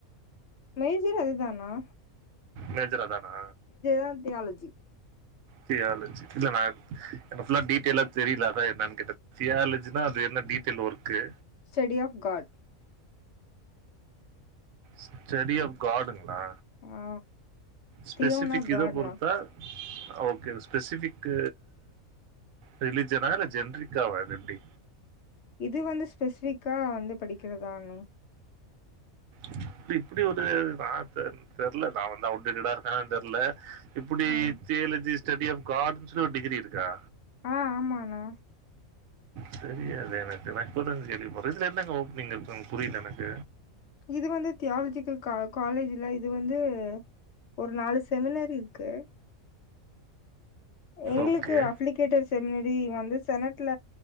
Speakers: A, on the left (about 65°); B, on the right (about 75°).
A: மேஜர் அது தானா
B: மேஜர் அது தானா
A: தா தியாலஜி
B: தியாலஜி இல்ல நா ஃபுல்ல டீடெயலா தெரில அதா என்னானு கேட்ட தியாலஜினா அது என்ன detail work
A: study of God
B: study of காட்டுங்ளா
A: ஆ
B: ஸ்பெசிபிக்
A: தியோனா
B: இத
A: காட்னா
B: பொறுத்தா ஓகே ஸ்பெசிபிக் ரிலிஜனா இல்ல ஜென்ரிக்காவ இது எப்டி
A: இது வந்து ஸ்பெசிபிக்கா வந்து படிக்கிறதான
B: இல்ல இப்டி ஒரு வார்த்த தெர்ல நா வந்து அவுட் டேடா இருக்கானு தெர்ல இப்டி
A: ஆ
B: தியாலஜி ஸ்டடி ஆப் கார்ட்ன் சொல்லி ஒரு டிகிரி இருக்கா
A: ஆ ஆமாண்ணா
B: தெரியாது எனக்கு நா இப்பதா கேள்விப்ட்ற இதுல என்னங்க ஓப்பனிங் இருக்குங்க புரியல எனக்
A: இது வந்து தியாலஜிக்கல் கா காலேஜ்ல இது வந்து ஒரு நாலு செமினர் இருக்கு எங்களுக்கு
B: ஓகே.
A: அப்ளிகேட்டர் செமினரி வந்து செனட்ல